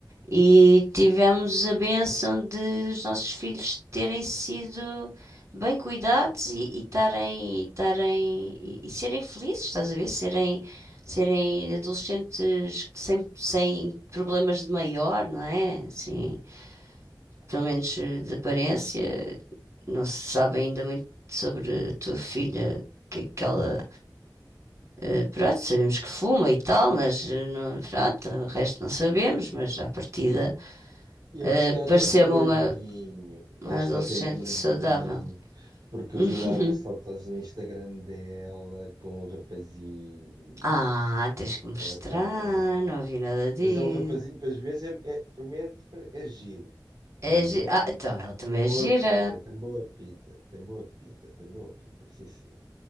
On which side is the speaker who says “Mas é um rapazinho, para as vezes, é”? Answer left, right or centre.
Right